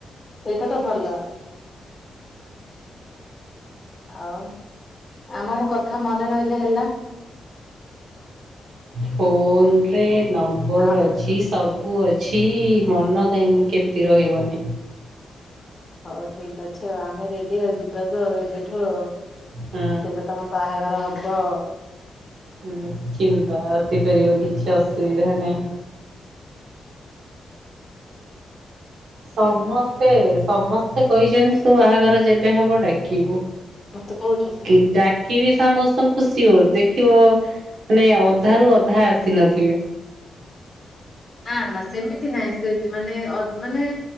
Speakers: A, on the left (about 20°); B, on the right (about 60°).
A: ସେଇଟା ତ ଭଲ। ଆଉ। ଆମ ମୋ କଥା ମନେ ରହିଲେ ହେଲା।
B: ଫୋଲ୍ରେ ନମ୍ବର୍
A: ଆମ
B: ଅଛି। ସବୁ ଅଛି ମନ କେଇମ୍ କେମ୍ତି ରହିବନି।
A: ହ ଠିକ୍ ଅଛି ଆଉ ଆମେ ରେଡି ଆଉ ଯିବାକୁ ଆଉ ଏବେଠୁ ଆଉ।
B: ହଁ
A: କେବେ ତମ ବାହାଘର ହବ।
B: ହୁଁ ଚିମ୍ବା ସିପାରିବ କିଛି ଅସୁବିଧା ନାଇଁ। ସମସ୍ତେ ସମସ୍ତେ କଇଛନ୍--‌ ତୁ ବାହାଘର ଯେବେ ହବ ଡାକିବୁ
A: ମତେ କହୁଛନ୍ତି।
B: କି ଡାକ୍। କି ବି ସମସ୍ତଙ୍କୁୁ ସିିଓର ଦେଖିବ ମାନେ ଅଧାରୁୁ ଅଧା ଆସିନଥିବେ।
A: ନାଁ ନାଁ ସେମିତି ନାଇଁ ସେଯ୍ ମାନେ ଅଦ୍ ମାନେ।